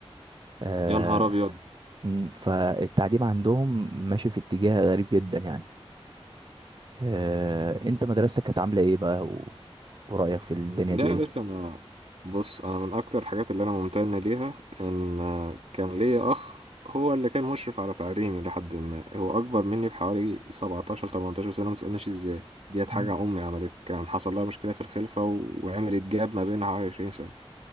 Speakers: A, on the right; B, on the right.
A: أه
B: يا نهار ابيض
A: م، فالتعليم عندهم ماشي في اتجاه غريب جدا يعني أه انت مدرستك كانت عاملة ايه بقى و... ورأيك في الدنيا
B: لا
A: دي
B: يا
A: ايه
B: باشا انا بص انا من اكتر الحاجات اللي انا ممتن ليها ان كان ليا اخ هو اللي كان مشرف على تعليمي لحد ما هو اكبر مني بحوالي 17 18 سنه ما تسالنيش ازاي ديت حاجه
A: مم.
B: امي عملت كان حصل لها مشكله في الخلفه و- وعملت جاب ما بينها حوالي 20 سنه